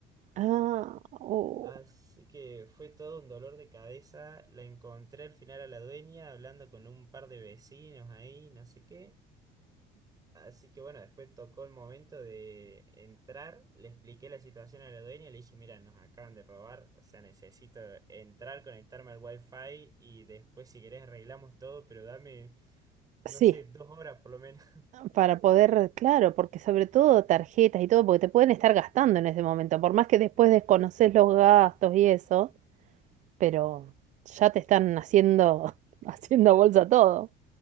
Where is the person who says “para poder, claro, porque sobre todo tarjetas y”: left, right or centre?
Right